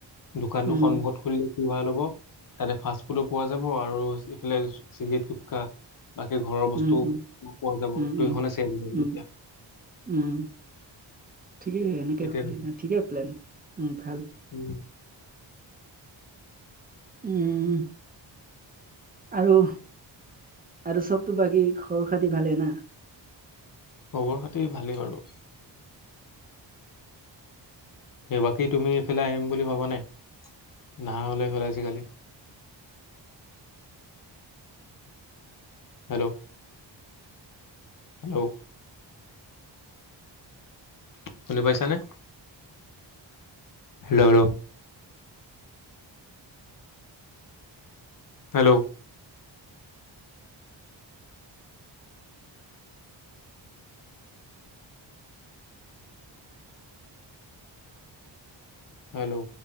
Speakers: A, on the left; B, on the right.
A: দোকানতো
B: উম
A: সন্মুখত খুলি ভাল হ'ব, তাতে ফাষ্ট ফুডো পোৱা যাব আৰু এইফালে চিগাৰেট গুটখা। বাকী ঘৰৰ বস্তুও
B: উম, উম,
A: পোৱা যাব,
B: উম, উম,
A: দুইখনে চেল লাগিব
B: উম,
A: তেতিয়া।
B: উম, ঠিকেই এনেকে
A: তেতিয়া
B: খুলি
A: বেছি।
B: দিয়া, ঠিকে প্লেন উম, ভাল।
A: উম,
B: উম। আৰু আৰু চবটো বাকী খবৰ-খাতি ভালে না?
A: খবৰ-খাতি ভালেই বাৰু। এ বাকী তুমি এইফালে আহিম বুলি ভবা নাই? নাহা হ'লা এইফালে আজিকালি। <inaudible> Hello hello. শুনি পাইছানে, হেল্ল' হেল্ল'। হেল্ল'। হেল্ল'।